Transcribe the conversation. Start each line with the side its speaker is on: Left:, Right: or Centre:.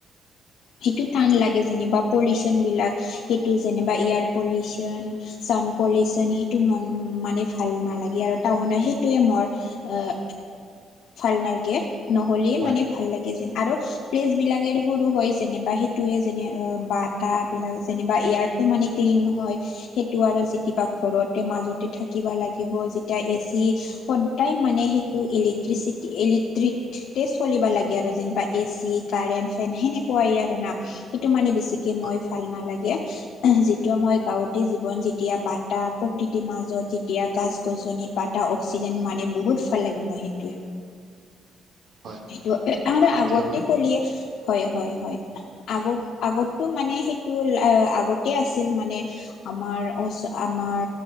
Left: সেইটো টান লাগে যেনিবা পলিউচনবিলাক সেইটো যেনিবা এয়াৰ পলিউচন চাউ পলিচন সেইটো মন মানে ভাল নালাগে আৰু টাউনত সেইটোৱে মৰ আহ ভাল নালগে। নহ'লে
Right: হয়
Left: মানে ভাল লাগে যেন আৰু প্লেচ বিলাকেৰো সৰু হৈছ যেনিবা সেইটোৱে যেনে বাটাবিলাক যেনিবা এয়াৰটো মানে ক্লিন নহয়। সেইটো আৰু যেনিবা ঘৰতে মাজতে থাকিবা লাগিব যেতিয়া এচি, প্ৰায় মানে সেইটো ইলেক্ট্ৰিচিটি, ইলেক্ট্ৰিতে চলিব লাগে আৰু যেনিবা এচি। কাৰেণ, ফেন সেনেকুৱাই আৰু না সেইটো মানে বেছিকে মই
Right: হয়
Left: ভাল নালাগে। যেতোয়া মই গাঁৱতে জীৱন যেতিয়া বাটা প্ৰকৃতিৰ মাজত যেতিয়া গাছ গছনিত বাটা অক্সিজেন মানে বহুত ভাল লাগে মই সেইটোৱে।
Right: হয়
Left: সেইটো আৰু
Right: নিশ্চয়কৈ
Left: আগতে কলিয়ে হয়-হয়-হয় আগত আগতটো মানে সেইটো আগতে আছিল মানে আমাৰ, আমাৰ